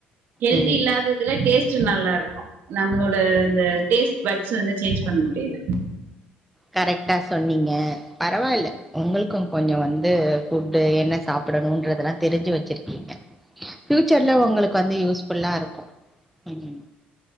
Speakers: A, on the right; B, in the centre.
A: ஹெல்தி
B: ம்.
A: இல்லாததுல டேஸ்ட் டு நல்லா இருக்கு நம்மளோட அந்த டேஸ்ட் பட்ஸ் வந்து சேஞ்ச் பண்ண முடியல
B: கரெக்டா சொன்னீங்க பரவாயில்ல உங்களுக்கு கொஞ்சோ வந்து ஃபுட்டு என்ன சாப் புடனுன்றதெல்லா தெரிஞ்சு வெச்சிருக்கீங்க ஃப்யூச்சர்ல உங்களுக்கு வந்து யூஸ் ஃபுல்லா இருக்கு ம்